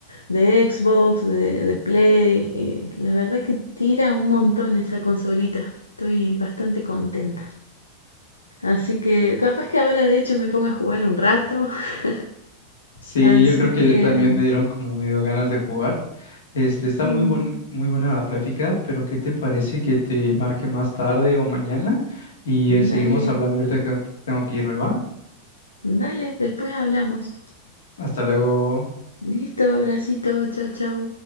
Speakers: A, on the left; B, on the left.
A: de Xbox, de, de Play. y la verdad que tira un montón esa consolita. Estoy bastante contenta. Así que capaz que ahora de hecho me ponga a jugar un rato. <laughs>
B: Sí,
A: Así
B: yo creo que
A: que
B: también me dieron como medio ganas de jugar. Este, está
A: mm,
B: muy buen, muy buena la plática, pero ¿qué te parece que te marque más tarde o mañana? Y eh, seguimos
A: dale,
B: hablando ahorita que tengo que irme, ¿va?
A: dale, después hablamos.
B: Hasta luego.
A: Listo, abracito, chao, chao.